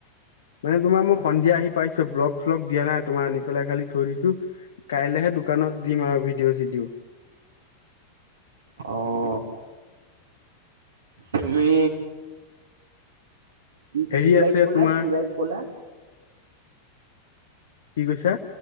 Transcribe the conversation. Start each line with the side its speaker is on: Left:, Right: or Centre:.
Left: মানে তোমাৰ মোক সন্ধিয়া আহি পাইছো ব্লগ চলগ দিয়া নাই তোমাৰ আনি পেলাই খালি থৈ দিছো কাইলৈহে দোকানত দিম আৰু ভিডিঅ' চিডিঅ'
Right: অ তুমি কি
Left: হেৰি
Right: কি বাইক
Left: আছে
Right: ক'লা
Left: তোমাৰ
Right: কি বাইক ক'লা
Left: কি কৈছা